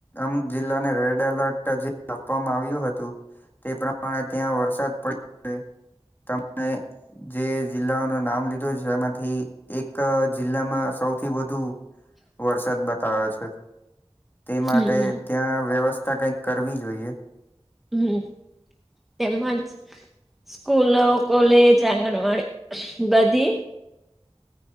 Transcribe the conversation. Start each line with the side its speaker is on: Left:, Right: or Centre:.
Left: અમુક જિલ્લાને રેડ એલર્ટ જે આપવામાં આવ્યું હતું. તે પ્રમાણે ત્યાં વરસાદ પડીયો. તમે જે જિલ્લાઓનું નામ લીધું છે એમાંથી એક જિલ્લામાં સૌથીવધુવરસાદ બતાવે છે. તે માટે
Centre: હમ
Left: ત્યાં વ્યવસ્થા કઈક કરવી જોઈએ.
Centre: હમ, તેમાં જ. સ્કૂલો કોલેજ આંગણવાડી બધી